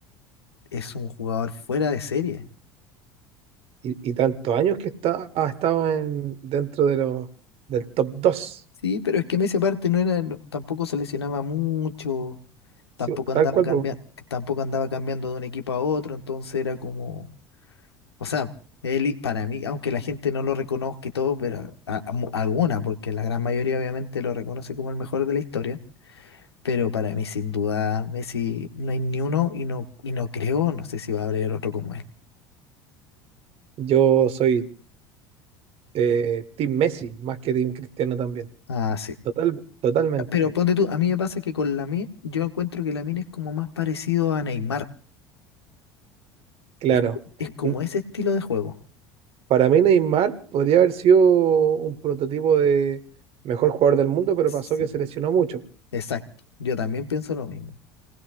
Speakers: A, on the left; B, on the right.
A: Es un jugador fuera de serie.
B: Y, y tantos años que está, ha estado en, dentro de los del top dos
A: Sí, pero es que Messi aparte no era, no- tampoco se lesionaba mucho, tampoco
B: Sí, tal
A: andaba
B: cual,
A: cambiando,
B: po.
A: tampoco andaba cambiando de un equipo a otro, entonces era como O sea, él, y- para mí, aunque la gente no lo reconozca y todo, pero a- a mu- alguna, porque la gran mayoría obviamente lo reconoce como el mejor de la historia, pero para mí sin duda Messi no hay ni uno y no, y no creo, no sé si va a haber otro como él.
B: yo soy eh, Team Messi más que Team Cristiano también.
A: Ah, sí.
B: Total, totalmente,
A: Pero ponte tú, a mí me pasa que con Lamine, yo encuentro que Lamine es como más parecido a Neymar,
B: claro.
A: es, es como
B: N-
A: ese estilo de juego.
B: Para mí Neymar podría haber sido un prototipo de mejor jugador del mundo, pero
A: Sí.
B: pasó que se lesionó mucho.
A: Exacto, yo también pienso lo mismo.